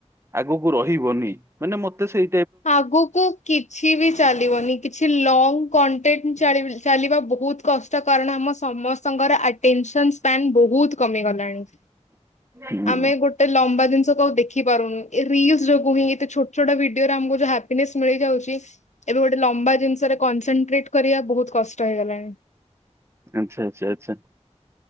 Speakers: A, on the right; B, on the left.
A: ଆଗକୁ ରହିବନି ମାନେ ମତେ ସେ
B: ଆଗୁକୁ। କିଛି ବି ଚାଲିବନି କିଛି ଲଙ୍ଗ କଣ୍ଟେଣ୍ଟ ଚାଳି ଚାଲିବା ବହୁତ୍। କଷ୍ଟ କାରଣ ଆମ ସମସ୍ତଙ୍କର ଅଟେନ୍ସନ ସ୍ପାନ୍ ବହୁତ୍ କମି ଗଲାଣି।
A: ହୁଁ।
B: ଆମେ ଗୋଟେ ଲମ୍ବା ଦିନିଷକୁ ଆଉ ଦେଖି ପାରୁନୁ ଏ ରିଲସ୍ ଯୋଗୁ ହିଁ ଏତେ ଛୋଟ ଛୋଟ ଭିଡି ଡିଓ ରୁ ଆମକୁ ଯୋଉ ହାପିନେସ ମିଳିଯାଉଛି ଏବେ ଗୋଟେ ଲମ୍ବା ଜିନିଷ ରେ କନସେନଟ୍ରେ ଟ୍ରେଟ୍ କରିବା ବହୁତ କଷ୍ଟ ହେଇଗଲାଣି।
A: ଆଛା ଆଛା ଆଛା।